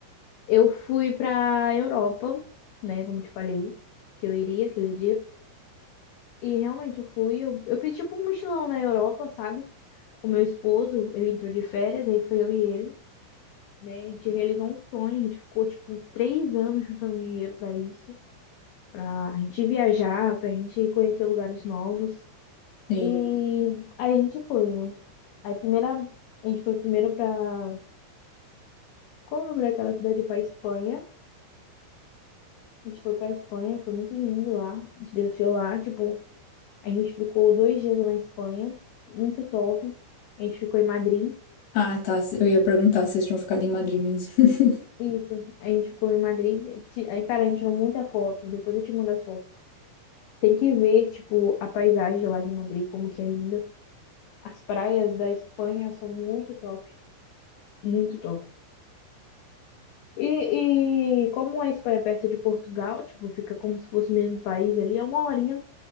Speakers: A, on the left (about 90°); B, on the left (about 70°).
A: Eu fui pra Europa, né? Como eu te falei, que eu iria aquele dia. E realmente eu fui. Eu, eu fiz tipo um mochilão na Europa, sabe? Com meu esposo. Ele entrou de férias, aí foi eu e ele, né? A gente realizou um sonho. A gente ficou tipo três anos juntando dinheiro pra isso. Pra gente viajar, pra gente conhecer lugares novos.
B: <laughs> Sim.
A: E aí a gente foi, né? Aí primeira. A gente foi primeiro pra. Qual o nome daquela cidade? Pra Espanha. A gente foi pra Espanha, foi muito lindo lá. A gente desceu lá, tipo, a gente ficou dois dias lá na Espanha, muito top. A gente ficou em Madrid.
B: Ah, tá. Eu ia perguntar se vocês tinham ficado em Madrid mesmo. <laughs>
A: Isso, a gente ficou em Madrid. Ti- Aí, cara, a gente tirou muita foto. Depois eu te mando as fotos. Tem que ver, tipo, a paisagem lá de Madrid, como que é linda. As praias da Espanha são muito top, muito top. E, e como a Espanha é perto de Portugal, tipo, fica como se fosse o mesmo país ali, é uma horinha